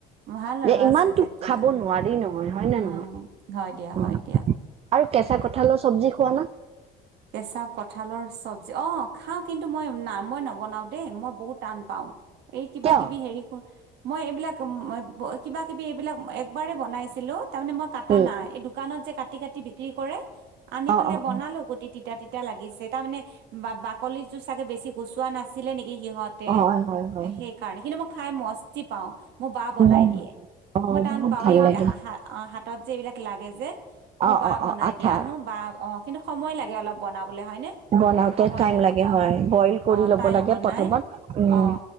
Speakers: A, on the right; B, on the right.
A: অ ভাল আৰু
B: যে ইমান
A: আছে
B: তো
A: যেতিয়া
B: খাব নোৱাৰি নহয় হয় নে
A: উম
B: নহয়?
A: হয় দিয়া হয় দিয়া
B: আৰু কেঁচা কঁঠালৰ চব্জি খোৱা নে?
A: কেঁচা কঁঠালৰ চব্জি। অ খাওঁ কিন্তু মই না মই নবনাও দেই। মই বহুত টান পাওঁ। এই কিবা
B: কিয়?
A: কিবি হেৰি খন মই এইবিলাক কিবা কিবি এইবিলাক একবাৰেই বনাইছিলো। তাৰ মানে মই কাটা
B: উম,
A: নাই। এই দোকানত যে কাটি কাটি বিক্ৰী কৰে। আনি
B: অ',
A: পেলাই
B: অ',
A: বনালোঁ গোটেই তিতা তিতা লাগিছে। তাৰমানে বাকলি বাকলি চাগে বেছি গুচোৱা নাছিলে নেকি? সিহঁতে
B: অ', হয়, হয়, হয়।
A: সেইকাৰণে। কিন্তু মই খাই মস্তি পাওঁ। মোৰ বা
B: উম,
A: বনাই দিয়ে।
B: অ',
A: মই টাউন
B: বহুত
A: পাইয়ে
B: ভাল লাগে।
A: হাতত এইবিলাক লাগে যে। মোৰ
B: অ',
A: বা
B: অ',
A: বনাই
B: অ', আঠা
A: দিয়ে আনো যে। বা অ কিন্তু সময় লাগে তেতিয়া অলপ বনাবলৈ হয় নে?
B: বনাওতে
A: সময়
B: টাইম
A: লাগে। অ
B: হয়, বইল কৰি
A: অ।
B: ল'ব
A: তাই
B: লাগে
A: বনাই
B: প্ৰথমত। উম,
A: অ।